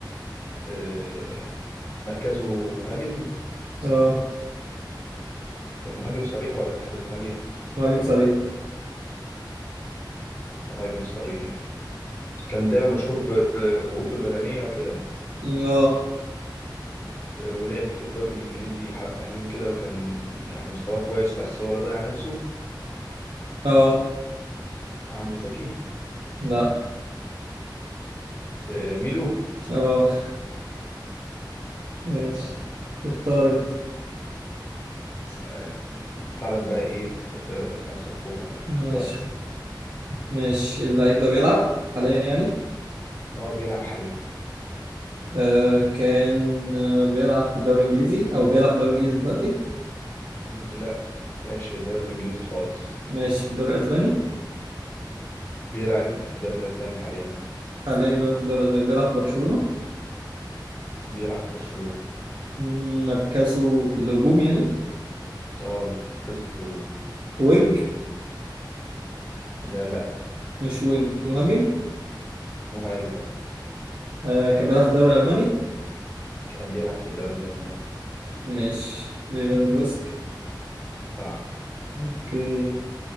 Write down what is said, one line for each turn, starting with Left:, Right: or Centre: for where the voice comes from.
Left: آه، مركزه مهاجم
Right: اه
Left: مهاجم صريح ولا تحت المهاجم
Right: مهاجم صريح
Left: مهاجم صريح كان دايما مشهور بقوته البدنية وكده
Right: اه
Left: ولعب في الدوري الإنجليزي حبة حلوين كده وكان يعني مستواه كويس بس هو اللي ضيع نفسه
Right: اه
Left: عمرو زكي
Right: لا
Left: آه، ميدو
Right: اه ماشي
Left: آه،
Right: اختار انت
Left: س- يعني نطلع لك بقى إيه في الدوريات الخمسة الكبرى بقى
Right: ماشي
Left: اختار
Right: ماشي اللعيب ده بيلعب حاليا يعني
Left: هو بيلعب حاليا
Right: آه كان آه بيلعب في الدوري الانجليزي او بيلعب في الدوري الانجليزي دلوقتي
Left: مم، لا ما لعبش في الدوري الإنجليزي خالص
Right: ماشي في الدوري الاسباني
Left: بيلعب في الدوري الأسباني حاليا
Right: حاليا بيلعب في الدوري الاسباني بيلعب في برشلونة
Left: بيلعب في برشلونة
Right: مم، مركزه في الهجوم يعني
Left: اه مركزه في الهجوم
Right: وينج
Left: ده لا
Right: مش وينج مهاجم
Left: مهاجم اهو
Right: آه كان بيلعب في الدوري الالماني
Left: كان بيلعب في الدوري الألماني
Right: ماشي ليفاندوفسك
Left: صح
Right: اوكي